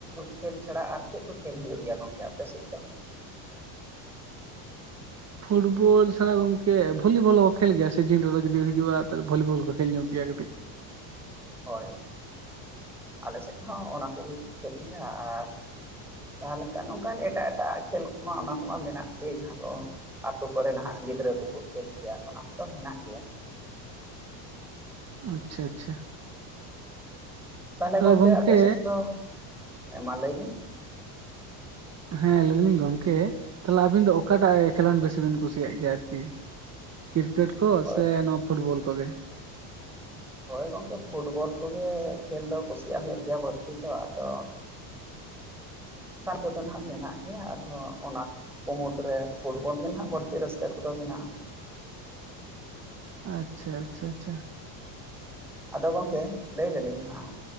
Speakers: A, in the centre; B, on the right.
A: ᱠᱷᱮᱞ ᱪᱷᱟᱲᱟ ᱟᱨ ᱪᱮᱫ ᱠᱚ ᱠᱷᱮᱞ ᱦᱩᱭᱩᱜ ᱜᱮᱭᱟ ᱜᱚᱝᱠᱮ ᱟᱯᱮ ᱥᱮᱫ ᱫᱚ?
B: ᱯᱷᱩᱴᱵᱚᱞ ᱪᱷᱟᱲᱟ ᱜᱚᱢᱠᱮ ᱵᱷᱚᱞᱤᱵᱚᱞ ᱦᱚᱸᱠᱚ ᱠᱷᱮᱞ ᱜᱮᱭᱟ ᱥᱤᱡᱤᱱ ᱨᱮᱫᱚ ᱡᱩᱫᱤᱢ ᱦᱤᱡᱩᱜᱼᱟ ᱛᱟᱦᱚᱞᱮ ᱵᱷᱚᱞᱤᱵᱚᱞ ᱦᱚᱸ ᱠᱚ ᱠᱷᱮᱞ ᱧᱚᱜ ᱜᱮᱭᱟ ᱠᱟᱹᱴᱤᱡ ᱾
A: ᱦᱳᱭ ᱟᱞᱮ ᱥᱮᱫ ᱦᱚᱸ ᱚᱱᱟ ᱠᱚᱜᱮ ᱠᱚ ᱠᱷᱮᱞ ᱜᱮᱭᱟ ᱟᱨ ᱛᱟᱦᱞᱮ ᱠᱷᱟᱱ ᱱᱚᱝᱠᱟᱱ ᱮᱴᱟᱜ ᱮᱴᱟᱜ ᱠᱷᱮᱞ ᱠᱚᱢᱟ ᱚᱱᱟ ᱠᱚᱢᱟ ᱢᱮᱱᱟᱜ ᱜᱮ ᱡᱟᱦᱟᱠᱚ ᱟᱛᱳ ᱠᱚᱨᱮ ᱱᱟᱦᱟᱜ ᱜᱤᱫᱽᱨᱟᱹ ᱠᱚᱠᱚ ᱠᱷᱮᱞ ᱠᱮᱭᱟ ᱚᱱᱟ ᱠᱚᱫᱚ ᱢᱮᱱᱟᱜ ᱜᱮᱭᱟ ᱾
B: ᱟᱪᱪᱷᱟ ᱟᱪᱪᱷᱟ ᱾
A: ᱛᱟᱦᱚᱞᱮ ᱜᱚᱢᱠᱮ
B: ᱜᱚᱝᱠᱮ
A: ᱟᱯᱮ ᱥᱮᱫ ᱫᱚ, ᱮᱸ ᱢᱟ ᱞᱟᱹᱭ ᱵᱮᱱ ᱾
B: ᱦᱮᱸ ᱞᱟᱹᱭ ᱫᱟᱹᱞᱤᱧ ᱜᱚᱝᱠᱮ ᱛᱟᱦᱞᱮ ᱟᱵᱤᱱ ᱫᱚ ᱚᱠᱟᱴᱟᱜ ᱠᱷᱮᱞᱳᱰ ᱵᱮᱥᱤ ᱵᱤᱱ ᱠᱩᱥᱤᱭᱟᱜ ᱜᱮᱭᱟ ᱟᱨᱠᱤ? ᱠᱨᱤᱠᱮᱴ ᱠᱚ
A: ᱦᱳᱭ
B: ᱥᱮ ᱱᱚᱣᱟ ᱯᱷᱩᱴᱵᱚᱞ ᱠᱚᱜᱮ?
A: ᱦᱳᱭ ᱜᱚᱝᱠᱮ ᱯᱷᱩᱴᱵᱚᱞ ᱠᱚᱜᱮ ᱠᱷᱮᱞ ᱫᱚ ᱠᱩᱥᱤᱭᱟᱜ ᱦᱩᱭᱩᱜ ᱜᱮᱭᱟ ᱵᱟᱹᱲᱛᱤ ᱫᱚ, ᱟᱫᱚ ᱥᱟᱨᱪᱮᱛ ᱱᱟᱦᱟᱜ ᱢᱮᱱᱟᱜ ᱜᱮᱭᱟ ᱟᱫᱚ ᱚᱱᱟ ᱠᱚ ᱢᱩᱫᱽ ᱨᱮ ᱯᱷᱩᱴᱵᱚᱞ ᱜᱮ ᱱᱟᱦᱟᱜ ᱵᱟᱹᱲᱛᱤ ᱨᱟᱹᱥᱠᱟᱹ ᱠᱚᱫᱚ ᱢᱮᱱᱟᱜᱼᱟ ᱾
B: ᱟᱪᱪᱷᱟ ᱟᱪᱪᱷᱟ ᱟᱪᱪᱷᱟ ᱾
A: ᱟᱫᱚ ᱜᱚᱝᱠᱮ ᱞᱟᱹᱭ ᱫᱟᱞᱤᱧ ᱦᱟᱸᱜ